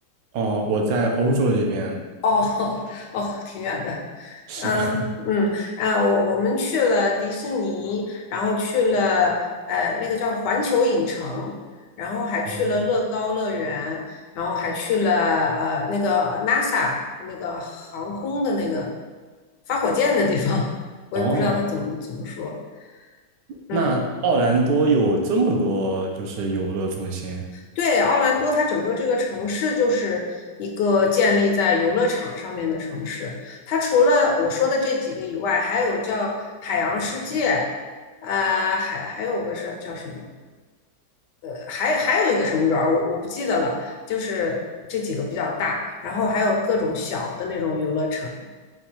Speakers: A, on the right; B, on the left.
A: 哦，我在欧洲这边。
B: 哦 <laughs> 哦，挺远的。
A: 是啊，
B: 嗯嗯啊，我我们去了迪士尼，然后去了呃那个叫环球影城，然后还去了乐高乐园，
A: <laughs>
B: 然后还去了呃那个 NASA 那个航空的那个发火箭的地方，<laughs> 我也不知道他怎么怎么说。
A: 哦，
B: 嗯。
A: 那奥兰多有这么多就是游乐中心，
B: 对，奥兰多它整个这个城市就是一个建立在游乐场上面的城市。它除了我说的这几个以外，还有叫海洋世界，呃，还还有个是叫什么？呃还还有一个什么园儿，我我不记得了。就是这几个比较大，然后还有各种小的那种游乐城。